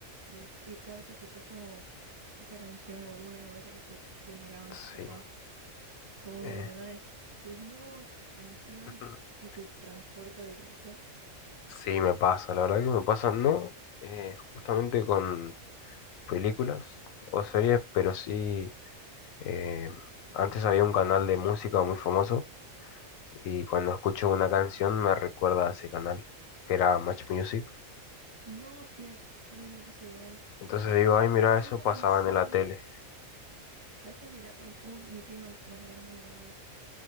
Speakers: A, on the right; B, on the left.
A: Y, dec- y cada vez que escuchás como esa canción o alguna novela que, escu- que miraban tus
B: Sí.
A: papás, como
B: eh,
A: que de la nada decís, no, esa canción,
B: <laughs>
A: y te transporta directo.
B: Sí, me pasa, la verdad que me pasa, no, eh, justamente con películas o series, pero sí, eh, antes había un canal de música muy famoso y cuando escucho una canción me recuerda a ese canal, que era Match Music.
A: No, sí, a a mí me pasa igual.
B: Entonces digo,
A: Eh,
B: ay, mira,
A: hay
B: eso
A: una
B: pasaba
A: canción,
B: en la tele.
A: ¿sabes quién mira? em, un- mi prima más grande miraba eso